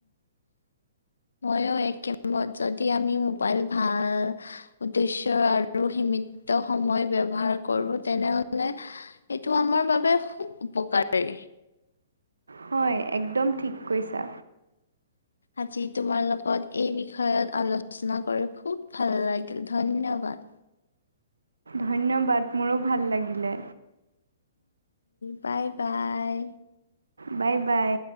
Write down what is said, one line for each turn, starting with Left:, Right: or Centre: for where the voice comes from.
Left: মইয়ো এইগেমত যদি আমি মোবাইল ভাল উদ্দেশ্যয় আৰু সীমিত সময় বব্যৱহাৰ কৰো তেনেহলে এইটো আমাৰ বাবে খুব উপকাৰী।
Right: হয় একদম ঠিক কৈছা।
Left: আজি তোমাৰ লগত এই বিষয়ত আলোচনা কৰি খুব ভাল লাগিল, ধন্যবাদ।
Right: ধন্যবা, মোৰো ভাল লাগিলে।
Left: Bye bye.
Right: Bye bye.